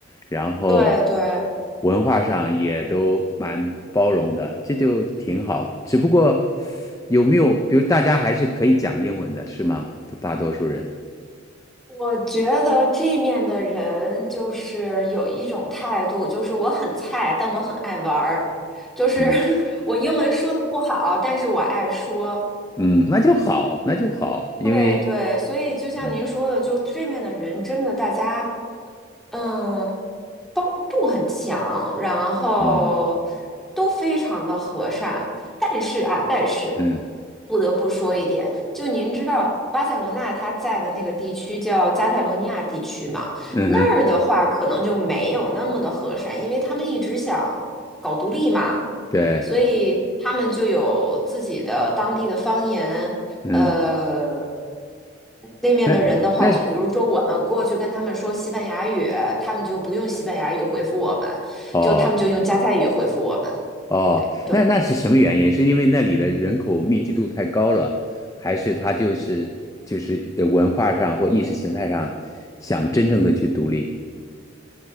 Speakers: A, on the left (about 15°); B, in the centre.
A: 然后
B: 对对。
A: 文化上也都蛮包容的，这就挺好。只不过有没有，比如大家还是可以讲英文的，是吗？大多数人，
B: 我觉得这面的人就是有一种态度，就是我很菜，但我很爱玩儿。就是
A: 嗯
B: <laughs> 我英文说的不好，但是我爱说；
A: <laughs> 嗯，那就好，那就好，因为
B: 对对，所以就像您说的，
A: 嗯
B: 就这面的人真的大家，嗯，包容度很强，然后
A: 嗯
B: 都非常的和善。但是啊，但是
A: 嗯
B: 不得不说一点，就您知道巴塞罗那它在的那个地区叫加泰罗尼亚地区嘛，
A: 嗯哼，
B: 那儿的话可能就没有那么的和善，因为他们一直想搞独立嘛。
A: 对，
B: 所以他们就有自己的当地的方言，
A: 嗯，
B: 呃，那面的人的话，
A: 那那是
B: 就比如说我们过去跟他们说西班牙语，他们就不用西班牙语回复我们，
A: 哦。
B: 就他们就用加泰语回复我们。
A: 哦，
B: 对对。
A: 那那是什么原因？是因为那里的人口密集度太高了，还是他就是就是呃文化上或意识形态上想真正的去独立？